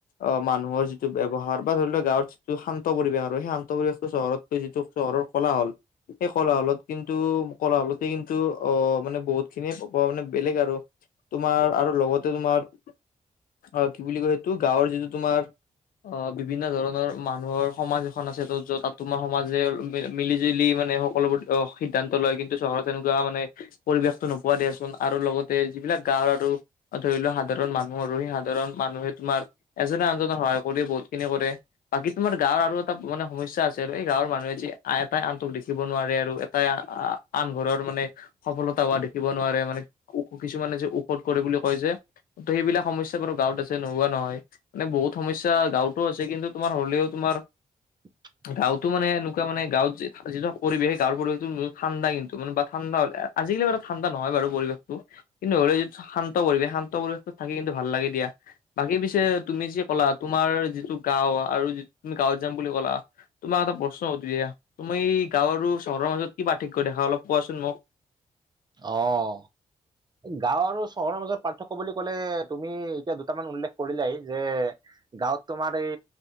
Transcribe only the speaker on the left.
অ মানুহৰ যিটো ব্যৱহাৰ বা ধৰি লোৱা গাঁৱৰ যিটো শান্ত পৰিৱেশ আৰু সেই শান্ত পৰিৱেশটো চহৰত এইটো যিটো চহৰৰ কোলাহল সেই কলাহলত কিন্তু কলাহলতে কিন্তু আহ মানে বহুতখিনিয়ে মানে বেলেগ আৰু। তোমাৰ আৰু লগতে তোমাৰ অ কি বুলি কয় সেইটো গাঁৱৰ যিটো তোমাৰ অঁ! বিভিন্ন ধৰণৰ মানুহৰ সমাজ এখন আছে ত য'ত তাত তোমাৰ সমাজে মিলিজুলি মানে হ সকলোবোৰ সিদ্ধান্ত লয় কিন্তু চহৰত তেনেকুৱা মানে পৰিৱেশটো নোপোৱা দিয়া চোন আৰু লগত তে যিবিলাক গাঁওৰ আৰু ধৰি লোৱা সাধাৰণ মানুহ মানুহ আৰু সি সাধাৰণ মানুহে তোমাৰ এজনে আনজনক সহায় কৰি বহুতখিনি কৰে। বাকী তোমাৰ গাঁৱৰ আৰু এটা মানে সমস্যা আছে আৰু এই গাঁৱৰ মানুহে যে এটাই আনটোক দেখিব নোৱাৰে আৰু এটাই আহ আন ঘৰৰ মানে সফলতা হোৱা দেখিব নোৱাৰে মানে কিছুমানে যে ঔষধ কৰে বুলি কয় যে। ত' সেইবিলাক সমস্যা বাৰু গাঁৱত আছে নোহোৱা নহয়। মানে বহুত সমস্যা গাঁৱতো আছে কিন্তু তোমাৰ হ'লেও তোমাৰ।
গাঁৱতো মান এনেকুৱা মানে গাঁৱত যিটো পৰিৱেশেই গাঁৱৰ পৰিৱেশটো বহুত ঠাণ্ডা কিন্তু মানে বা ঠাণ্ডা হ আজিকালি বাৰু ঠাণ্ডা নহয় বাৰু পৰিৱেশটো কিন্তু হ'লে শান্ত পৰিৱেশ শান্ত পৰিৱেশত থাকি কিন্তু ভাল লাগে দিয়া। বাকী পিছে তুমি যি ক'লা তোমাৰ যিটো গাঁও আৰু যি তুমি গাঁৱত যাম বুলি ক'লা। তোমাক এটা প্ৰশ্ন সুধো দিয়া তুমি গাঁও আৰু চহৰৰ মাজত কি পাৰ্থক্য দেখা অলপ কোৱা চোন মোক?